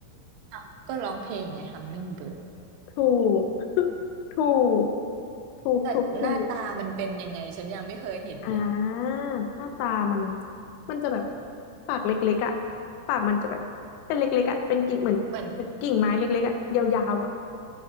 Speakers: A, on the right (about 85°); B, on the left (about 85°).
A: อ้าวก็ร้องเพลงไง hummingbird
B: ถูก <laughs> ถูกถูกถูกถูก
A: แต่หน้าตามันเป็นยังไงฉันยังไม่เคยเห็นเลย
B: อ่าหน้าตามันมันจะแบบปากเล็กๆอ่ะปากมันจะแบบเป็นเล็กๆอ่ะเป็นกิ่งเหมือนเหมือนกิ่งไม้เล็กๆอ่ะยาวๆอ่ะ
A: มัน